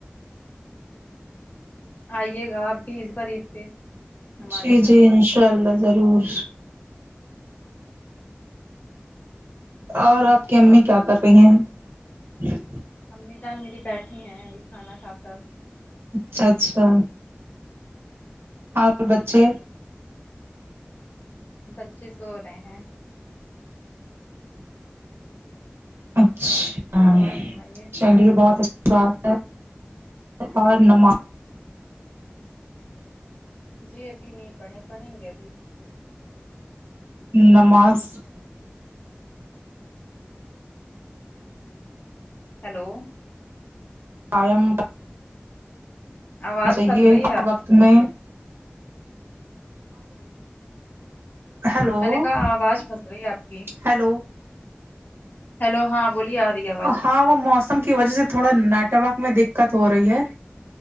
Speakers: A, on the left; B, on the right.
A: آئیے گا آپ بھی اس بارعید پہ ہمارے
B: جی
A: گھر
B: جی انشاء اللہ ضرور اور آپ کی امی
A: اور
B: کیا کر رہی ہیں
A: امی جان میری بیٹھی ہیں ابھی کھانا کھا کر
B: اچھا اچھا اور بچے
A: بچے سو رہے ہیں
B: اچھا
A: اور فرمائیے
B: چنڈی گ بہت اچھا بات اور نماز
A: جی ابھی نہیں پڑھیں پڑھیں گے ابھی
B: نماز
A: ہیلو
B: قائم
A: آواز
B: ہونا چاہیے
A: پھنس رہی
B: ہر
A: ہے آپ
B: وقت
A: کی
B: میں ہیلو
A: میں نے کہا آواز پھنس رہی ہے آپ کی
B: ہیلو
A: ہیلو ہاں بولیے رہی ہے آواز
B: ہاں وہ موسم کی وجہ سے تھوڑا ناٹ ورک میں دکت ہو رہی ہے